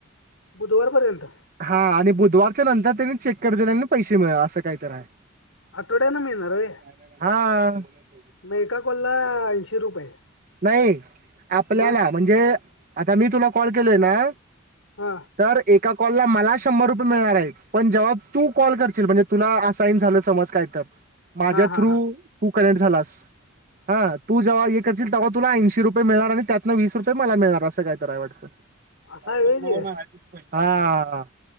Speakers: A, on the left; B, on the right.
A: बुधवार पर्यंत
B: हा आणि बुधवारच्या नंतर त्यांनी चेक करतील आणि पैसे मिळ असं काही तर आहे.
A: आठवड्यान मिळणार होय.
B: हा
A: मग एका कॉला ऐंशी रुपये
B: नाही. आपल्याला
A: मग
B: म्हणजे आता मी तुला कॉल केलोय ना
A: हा
B: तर एका कॉलला मला शंभर रुपये मिळणार आहेत पण जेव्हा तू कॉल करशील म्हणजे तुला असाईन झालं समज काय तर माझ्या
A: हा हा
B: थ्रू
A: हा
B: कनेेक्ट झालास हा तू जेव्हा एक तील तवा तुला ऐंशी रुपये मिळणार आणि त्यातनं वीस रुपये मला मिळणार अस काय तर हाय वाटतं. काय
A: असं आहे
B: करू
A: व्हय ते
B: नको हाईत तेच पै हा